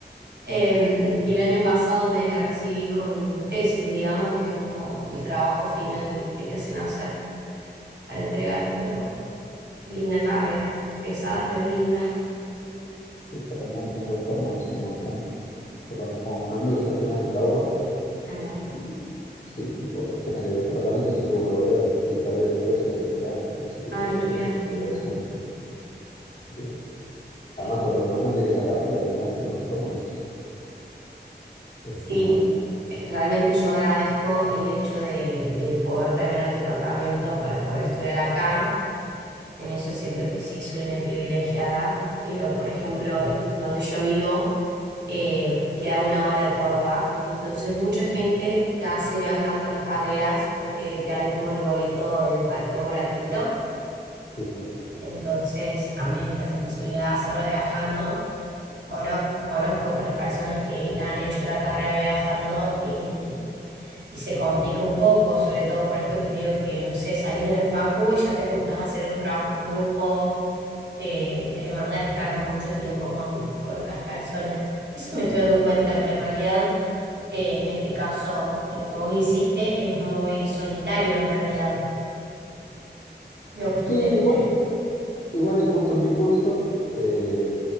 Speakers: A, on the right; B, on the left.
A: Eh, y el año pasado me recibí con tesis, digamos, que es como el trabajo final que te hacen hacer para entregar, pero linda carrera, pesada pero linda
B: está terminando en tiempo de forma es un montón. Yo conozco a un amigo que está estudiando en la UBA
A: a la UBA.
B: y sí, y por cuestiones de departamento se tuvo que volver y perdió el ingreso el primer año, así que
A: Ay,
B: tuvo que
A: qué
B: empezar
A: lástima.
B: a hacerlo al siguiente. Así que, además
A: Es-
B: con lo demandante que es la carrera, terminar en tiempo de forma es, es
A: Sí,
B: muy bueno.
A: eh, realmente yo agradezco el hecho de, de poder tener el departamento para poder estudiar acá. En eso siento que sí soy una privilegiada, pero por ejemplo, el, donde yo vivo eh, queda a una hora de Córdoba. Entonces mucha gente la hace viajando a las carreras porque te dan como el boleto educativo gratuito
B: Sí, sí.
A: entonces también está esa posibilidad de hacerla viajando. Cono- conozco otras personas que la han hecho la carrera viajando y, y se complica un poco, sobre todo por esto que te digo que, no sé, salís de la facu y ya te juntás a hacer un trabajo en grupo, eh, te demanda de estar mucho tiempo con, con otras personas. Eso me estoy dando cuenta que en realidad, eh, en este caso, lo que vos hiciste es muy solitario en realidad, lo que estudiaste.
B: Sí, igual. Igual eh, justo en mi curso, eh,